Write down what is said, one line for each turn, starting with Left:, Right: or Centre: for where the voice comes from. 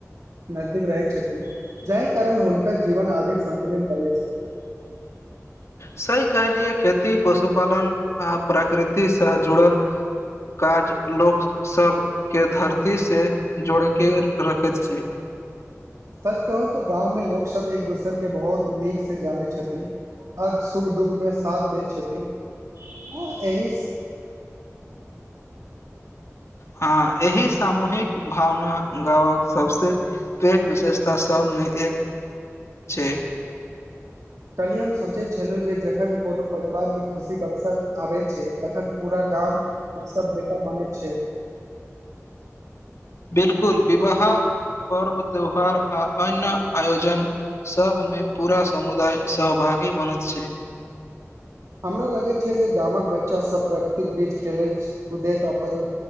Right: नजदीक रहै छथि जाहि कारण हुनकर जीवन अधिक सतुलित लगे छै <inaudible>
Left: सही कहलिए खेती पशुपालन आ प्रकृतिक सँ जुड़ल काज लोकसब के धरती सँ जोड़ि कऽ रखैत छै
Right: ह सच कहू तऽ गाँव में लोक सब एक दोसर के बहुत नीक से जानै छथिन आ शु दुख मे साथ दै छथि आ एहिस
Left: हँ एहि सामूहिक भावना गाँवक सबसे पैघ विशेषता सब मे एक छै
Right: कल्हि हम सोचैत छलहुँ जे जखन कोनो परिवारमे खुशीक अवसर आबैत छै तखन पूरा गाम उत्सव जेका मानैत छै
Left: बिलकुल विवाह पर्व त्यौहार आ अन्य आयोजन सभमे पूरा समुदाय सह भागी बनत छै
Right: हमरा लागैत छै जे गामक बच्चा सब प्राकृतिक बीच खेलैत कुदैत अपन